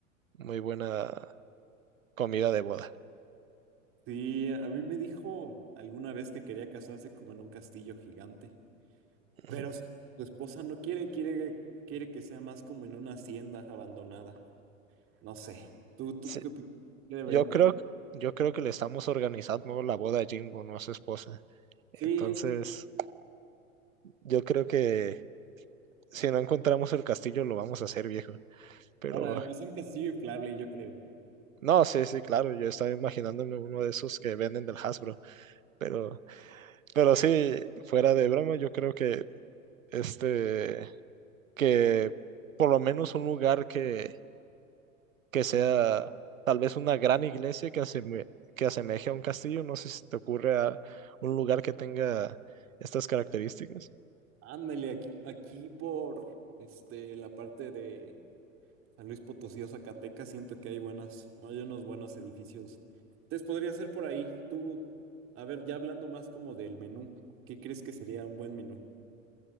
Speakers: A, on the right; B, on the right.
A: muy buena comida de boda.
B: Sí, a mí me dijo alguna vez que quería casarse como en un castillo gigante, pero
A: Ujú.
B: s- su esposa no quiere, quiere, quiere que sea más como en una hacienda abandonada. No sé. ¿Tú, tú
A: Sí,
B: qué, opi- qué deberíamos?
A: yo creo, yo creo que le estamos organizando la boda a Jimbo, no a su esposa.
B: Sí,
A: Entonces, yo creo que si no encontramos el castillo, lo vamos a hacer, viejo. Pero,
B: ahora, pues un castillo inflable, yo creo.
A: no, sí, sí, claro, yo estaba imaginándome uno de esos que venden del Hasbro. Pero, pero sí, fuera de broma, yo creo que este, que por lo menos un lugar que que sea tal vez una gran iglesia que, aseme- que asemeje a un castillo. No sé si te ocurre a un lugar que tenga estas características.
B: Ándale, aquí, aquí por este, la parte de San Luis Potosí o Zacatecas, siento que hay buenas, hay unos buenos edificios. Entonces podría ser por ahí. Tú, a ver, ya hablando más como del menú, ¿qué crees que sería un buen menú?